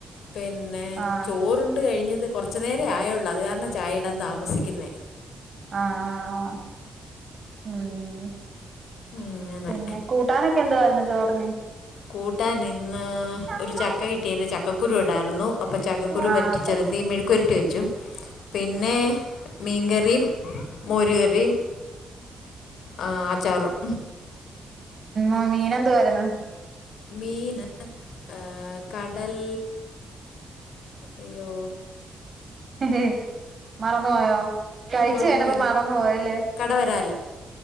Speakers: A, on the left (about 85°); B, on the right (about 40°).
A: പിന്നെ
B: ആഹ്
A: ചോറുണ്ട് കഴിഞ്ഞ് ഇത് കൊറച്ചു നേരേ ആയുള്ളൂ അത് കാരണം ചായ ഇടാൻ താമസിക്കുന്നേ
B: ആഹ് ആഹ് ആഹ് ഉം
A: അങ്ങനെ
B: പിന്നെ കൂട്ടാനൊക്കെ എന്തായിരുന്നു ചോറിന്
A: കൂട്ടാൻ ഇന്ന്
B: ആഹ്
A: ഒരു ചക്ക കിട്ടിയാരുന്നു ചക്കക്കുരു ഒണ്ടായിരുന്നു അപ്പോ ചക്കക്കുരു
B: ആഹ്
A: പറ്റിച്ചെലത്തി മെഴുക്കുവെരട്ടി വെച്ചു പിന്നെ മീൻകറിയും മോരുകറിയും ആ അച്ചാറും
B: ഓ മീൻ എന്തുവായിരുന്ന്
A: മീന് ആഹ് കടൽ അയ്യോ
B: ഹെഹെ മറന്നു പോയോ കഴിച്ച്
A: ഉം
B: കഴിഞ്ഞപ്പ
A: പോയല്ലോ
B: മറന്നു പോയല്ലേ
A: കടവരാല്